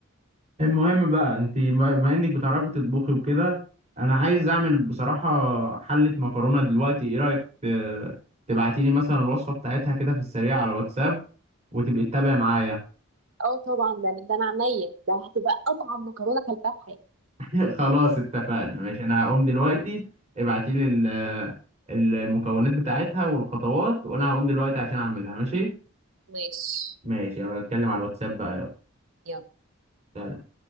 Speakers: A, on the right (about 35°); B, on the right (about 70°).
A: المهم بقى انت بما انك بتعرفي تطبخي وكده انا عايز اعمل بصراحة حلة مكرونة دلوقتي ايه رأيك ت- تبعتيلي مثلا الوصفة بتاعتها كده في السريع على الواتساب وتبقي تتابعي معايا
B: اه طبعا ده ده انا عينيا ده هتبقى اطعم مكرونه كلتها في حياتي
A: <laughs> خلاص اتفقنا ماشي انا هقوم دلوقتي ابعتيلي ال- المكونات بتاعتها والخطوات وانا هقوم دلوقتي عشان اعملها ماشي
B: ماشي
A: ماشي يلا اتكلم على الواتساب بقى
B: يلا
A: يلا